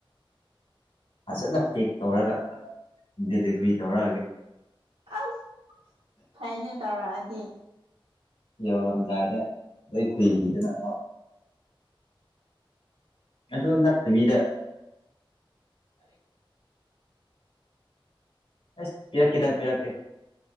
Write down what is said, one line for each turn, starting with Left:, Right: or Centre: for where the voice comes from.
Left: ꯐꯖꯅ ꯄꯦꯛ ꯇꯧꯔꯒ ꯗꯦꯂꯤꯚꯔꯤ ꯇꯧꯔꯛꯑꯒꯦ
Right: ꯑꯁ ꯐꯩꯅꯦ ꯇꯧꯔꯛꯑꯗꯤ
Left: ꯌꯥ ꯂꯝꯝꯗꯥꯏꯗ ꯂꯣꯏ ꯈꯨꯏꯈꯤꯗꯅꯅꯕꯣ ꯑꯗꯨ ꯑꯗꯨ ꯅ ꯊꯗꯔꯦ ꯑꯁ ꯄꯤꯔꯛꯀꯦ ꯇ ꯄꯤꯔꯛꯀꯦ